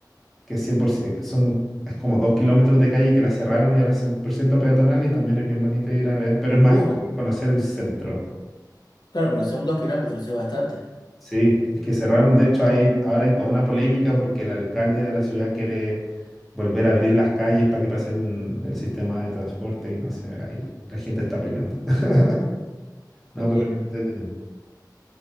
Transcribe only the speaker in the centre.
que es 100%, que son. Es como dos kilómetros de calle que la cerraron y ahora es 100% peatonal y también es bien bonito ir a ver, pero es más
como conocer el centro.
Sí, es que cerraron. De hecho, hay, ahora hay toda una polémica porque el alcalde de la ciudad quiere volver a abrir las calles para que pasen el sistema de transporte y no sé, ahí la gente está peleando. <laughs> No,
pero es entretenido.